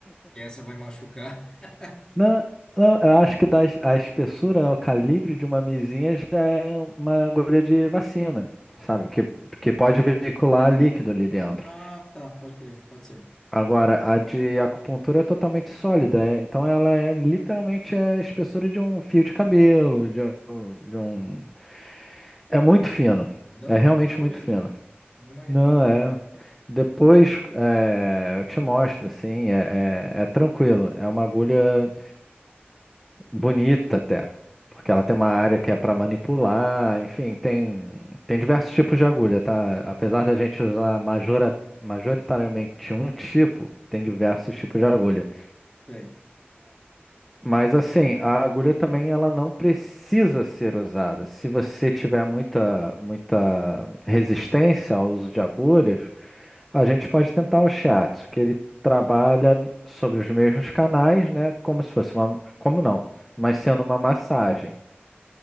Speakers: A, on the left; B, in the centre.
A: Que essa vai machucar. <laughs>
B: Não, não, eu acho que da, es- a espessura, né, o calibre de uma mizinha já é uma agulha de vacina, sabe? Que, que pode veicular líquido ali dentro.
A: Ah, tá, pode crer, pode ser.
B: Agora, a de acupuntura é totalmente sólida, é- então ela é literalmente é espessura de um fio de cabelo, de, um... de um- É muito fino,
A: Não
B: é
A: imaginava
B: realmente muito
A: mesmo,
B: fino.
A: cara. Não imaginava.
B: Não, é. Depois é, eu te mostro, assim, é, é, é tranquilo, é uma agulha bonita até, porque ela tem uma área que é para manipular, enfim, tem, tem diversos tipos de agulha, tá? Apesar da gente usar majora- majoritariamente um tipo, tem diversos tipos de agulha.
A: Sei.
B: Mas assim, a agulha também ela não precisa ser usada. Se você tiver muita, muita resistência ao uso de agulhas, a gente pode tentar o shiatsu, que ele trabalha sobre os mesmos canais, né? Como se fosse uma, como não, mas sendo uma massagem.